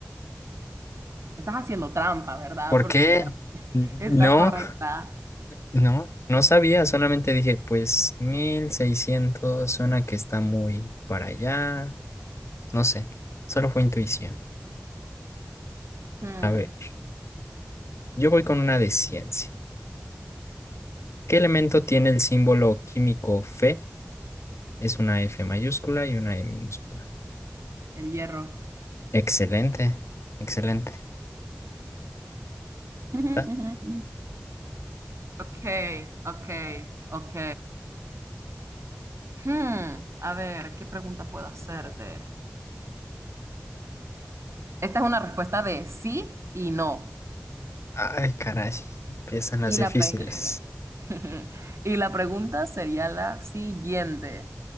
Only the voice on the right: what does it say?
Estás haciendo trampa, ¿verdad?
Porque
el cam- <laughs>
está
correcta.
Hmm,
el hierro.
<laughs>
Ok, ok, ok. Hmm, a ver, ¿qué pregunta puedo hacerte? Esta es una respuesta de sí y no.
Y
la pegué. <laughs> Y la pregunta sería la siguiente.